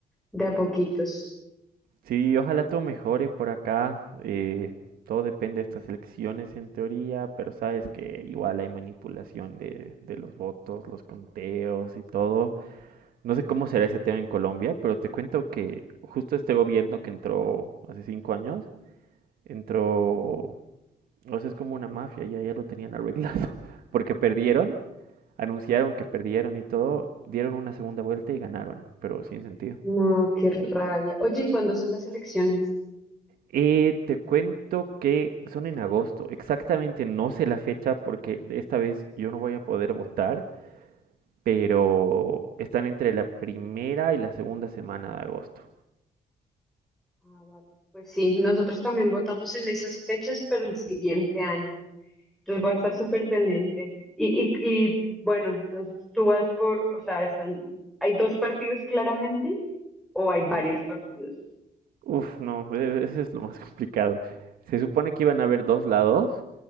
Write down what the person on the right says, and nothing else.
sí, ojalá todo mejore por acá. eh, todo depende de estas elecciones en teoría, pero sabes que igual hay manipulación de, de los votos, los conteos y todo. No sé cómo será ese tema en Colombia, pero te cuento que justo este gobierno que entró hace cinco años, entró O sea, es como una mafia, ya, ya lo tenían arreglado. <laughs> Porque perdieron, anunciaron que perdieron y todo, dieron una segunda vuelta y ganaron, pero sin sentido.
Eh, te cuento que son en agosto, exactamente no sé la fecha porque esta vez yo no voy a poder votar, pero están entre la primera y la segunda semana de agosto.
Uf, no, e- e-, ese es lo más complicado. Se supone que iban a haber dos lados,